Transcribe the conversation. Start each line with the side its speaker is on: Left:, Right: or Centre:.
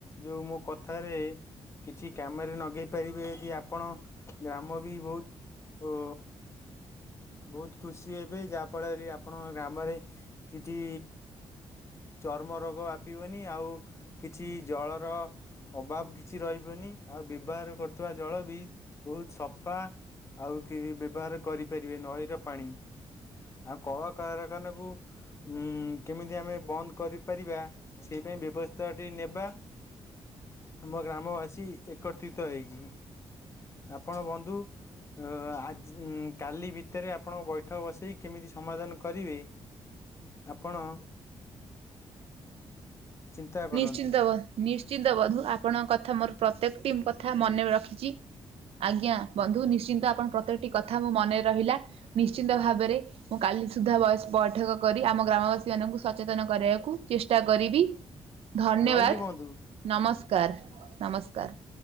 Left: ଯୋଉ ମୋ କଥାରେ କିଛି କାମେରେ ନଗେଇ ପାରିବେ ଯଦି ଆପଣ ଗ୍ରାମ ବି ବହୁତ ଓ ବହୁତ ଖୁସି ହେବେ ଯାହା ଫଳରେ ଆପଣଙ୍କ ଗ୍ରାମରେ କିଛି ଚର୍ମ ରୋଗ ବ୍ୟାପିବନି ଆଉ କିଛି ଜଳର ଅଭାବ କିଛି ରହିବନି ଆଉ ବ୍ୟବହାର କରୁଥିବା ଜଳ ବି ବହୁତ ସପା। ଆଉ କେହି ବ୍ୟବହାର କରିପାରିବେ ନଈର ପାଣି। ଆଉ କଳକାରଖାନାକୁ ହୁଁ କେମିତି ଆମେ ବନ୍ଦ କରିପାରିବା ସେଇପାଇଁ ବ୍ୟବସ୍ଥାଟି ନେବା। ଆମ ଗ୍ରାମବାସୀ ଏକତ୍ରିତ ହେଇଯିମି। ଆପଣ ବନ୍ଧୁ ଅ ଆଜି ଉଁ କାଲି ଭିତେରେ ଆପଣଙ୍କ ବୈଠକ ବସେଇ କେମିତି ସମାଧାନ କରିବେ ଆପଣ ଚିନ୍ତା କରନ୍ତୁ
Right: ନିଶ୍ଚିନ୍ତ ବ ନିଶ୍ଚିନ୍ତ ବଧୁ ଆପଣଙ୍କ କଥା ମୋର ପ୍ରତ୍ୟେକ ଟିମ୍ କଥା ମନେ ରଖିଚି।
Left: ହ <inaudible>
Right: ଆଜ୍ଞା ବନ୍ଧୁ ନିଶ୍ଚିନ୍ତ ଆପଣ ପ୍ରତ୍ୟେକଟି କଥା ମୋ ମନେ ରହିଲା। ନିଶ୍ଚିିନ୍ତ ଭାବେରେ ମୁଁ କାଲି ସୁଦ୍ଧା ବଏସ୍ ବୈଠକ କରି ଆମ ଗ୍ରାମବାସୀ ମାନଙ୍କୁ ସଚେତନ କରେଇଆକୁ ଚେଷ୍ଟା କରିବି। ଧନ୍ୟବାଦ
Left: ରହିଲି ବନ୍ଧୁ
Right: ନମସ୍କାର ନମସ୍କାର।